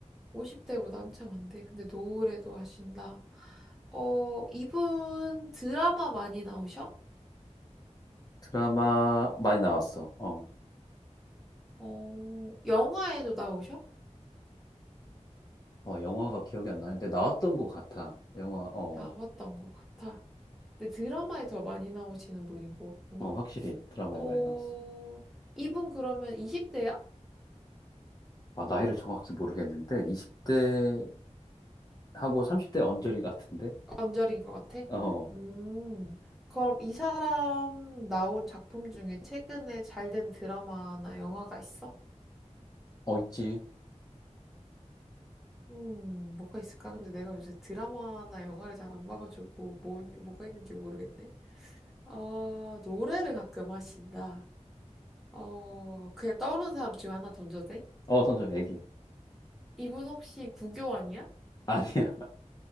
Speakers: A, in the centre; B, on the left (about 30°).
A: 50대보다 한참 안 돼. 근데 노래도 하신다. 어, 이분 드라마 많이 나오셔?
B: 드라마 많이 나왔어. 어.
A: 어, 영화에도 나오셔?
B: 어, 영화가 기억이 안 나는데 나왔던 것 같아. 영화, 어.
A: 나왔던
B: 어.
A: 것 같아. 근데 드라마에 더 많이 나오시는 분인 것 같구나.
B: 어, 확실히 드라마에
A: 어,
B: 많이 나왔어.
A: 이분 그러면 20대야?
B: 아, 나이를 정확히 모르겠는데, 20대하고 30대 언저리 같은데?
A: 언저리인 것 같아.
B: 어,
A: 음, 그럼 이 사람 나온 작품 중에 최근에 잘 된 드라마나 영화가 있어?
B: 어, 있지.
A: 음, 뭐가 있을까? 근데 내가 요새 드라마나 영화를 잘 안 봐가지고 뭐, 뭐가 있는지 모르겠네. 어, 노래를 가끔 하신다. 어, 그냥 떠오르는 사람 지금 하나 던져도 돼?
B: 어, 선정, 애기.
A: 이분 혹시 구교환이야?
B: 아니야.